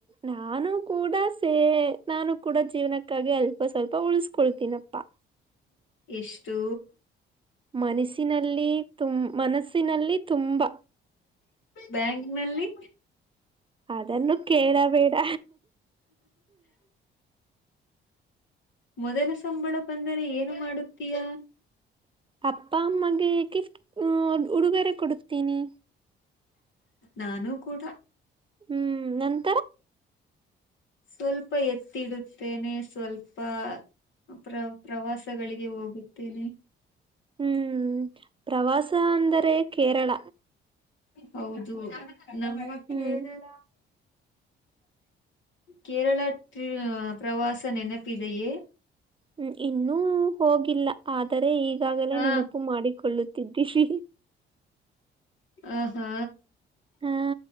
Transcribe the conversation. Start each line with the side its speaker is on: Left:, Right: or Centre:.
Right: ನಾನು ಕೂಡ ಸೇ ನಾನು ಕೂಡ ಜೀವನಕ್ಕಾಗಿ ಅಲ್ಪ ಸ್ವಲ್ಪ ಉಳಸ್ಕೊಳ್ತೀನಪ್ಪಾ
Left: ಎಷ್ಟು
Right: ಮನಸಿನಲ್ಲಿ ತುಮ್ ಮನಸ್ಸಿನಲ್ಲಿ ತುಂಬಾ
Left: ಬ್ಯಾಂಕ್ನಲ್ಲಿ
Right: ಅದನ್ನು ಕೇಳ ಬೇಡ
Left: ಮೊದಲ ಸಂಬಳ ಬಂದರೆ ಏನು ಮಾಡುತ್ತೀಯಾ
Right: ಅಪ್ಪಾಮ್ಮಗೆ ಗಿಪ್ಟ್ ಹ್ಮ ಉಡುಗೊರೆ ಕೊಡುತ್ತೀನಿ
Left: ನಾನು ಕೂಡ
Right: ಹ್ಮ್ ನನ್
Left: ಸ್ವಲ್ಪ ಎತ್ತಿಡುತ್ತೇನೆ ಸ್ವಲ್ಪ ಪ್ರ ಪ್ರವಾಸಗಳಿಗೆ ಹೋಗುತ್ತೇನೆ
Right: ಹ್ಮ್ ಪ್ರವಾಸ ಅಂದರೆ ಕೇರಳ
Left: ಹೌದು ನಮ್ಮ
Right: ಹ್ಮ್
Left: ಕೇರಳ ಕೇರಳ ಪ್ರವಾಸ ನೆನಪಿದೆಯೇ
Right: ಹ್ಮ್ ಇನ್ನೂ ಹೋಗಿಲ್ಲ ಆದರೆ ಈಗಾಗಲೇ
Left: ಹ
Right: ನೆನಪು ಮಾಡಿಕೊಳ್ಳುತ್ತಿದ್ದೀವಿ
Left: ಆ ಹಾ
Right: ಹಾ